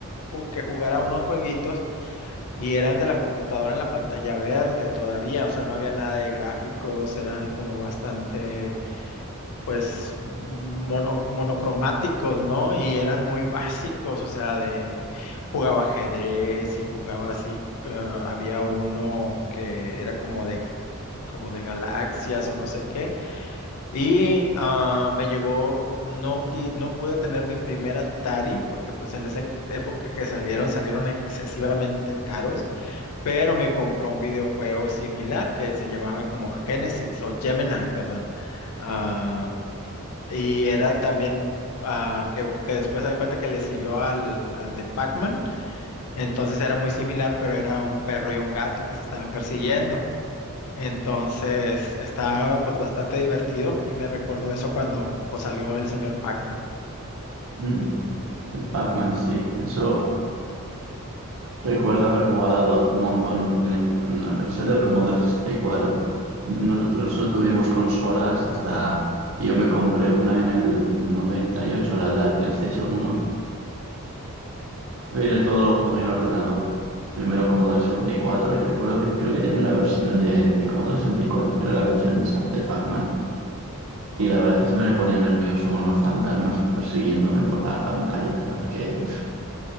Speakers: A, on the left (about 85°); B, on the right (about 60°).
A: ju- que jugara unos jueguitos y eran de la computadora en la pantalla verde todavía, o sea, no había nada de gráficos, eran como bastante pues mono- monocromáticos, ¿no? Y eran muy básicos, o sea, de jugaba ajedrez y jugaba así, eh, había uno que era como de como de galaxias o no sé qué. Y ah, me llegó, no, qui- no pude tener mi primer Atari, porque pues en esa época que salieron, salieron excesivamente caros, pero me compró un videojuego similar que se llamaba como Genesis o Gemini, perdón. ah, y era también ah, que, que después se da cuenta que le siguió al, al de Pac-Man. Entonces era muy similar, pero era un perro y un gato que se estaban persiguiendo. Entonces estaba pues bastante divertido y me recordó eso cuando pues salió el señor Pac-Man.
B: Mm, el Pac-Man, sí. Eso recuerdo haber jugado lo- un montón en eso, pero en la versión del Commodore sesenta y cuatro Nosotros no tuvimos consolas hasta... y Yo me compré una en el noventa y ocho la de la PlayStation uno Pero todos los jugué en ordenador. Primero Commodore sesenta y cuatro y recuerdo que creo que tenía una versión de, de Commodore sesenta y cuatro que era la versión esa de Pac-Man. Y la verdad es que siempre me ponía nervioso con los fantasmas persiguiéndome por la pantalla. La verdad es que